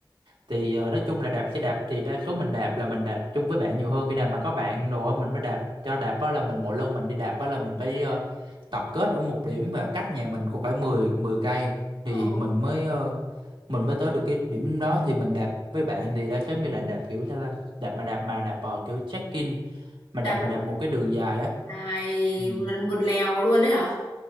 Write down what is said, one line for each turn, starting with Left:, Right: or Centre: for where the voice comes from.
Right: thì ờ, nói chung là đạp xe đạp thì đa số mình đạp là mình đạp chung với bạn nhiều hơn khi nào mà có bạn đồ á mình mới đạp cho đạp á là mình mỗi lần mình đi đạp á là mình phải ờ, tập kết ở một điểm và cách nhà mình cũng phải 10 10 cây thì
Left: Ờ.
Right: mình mới ờ, mình mới tới được cái điểm đó thì mình đạp với bạn thì đa số mình là đạp kiểu sao ta đạp mà đạp mà đạp vào kiểu check-in mà
Left: đạp
Right: đạp mà đạp một cái đường dài á
Left: lại
Right: ừ.
Left: một lèo luôn đấy hả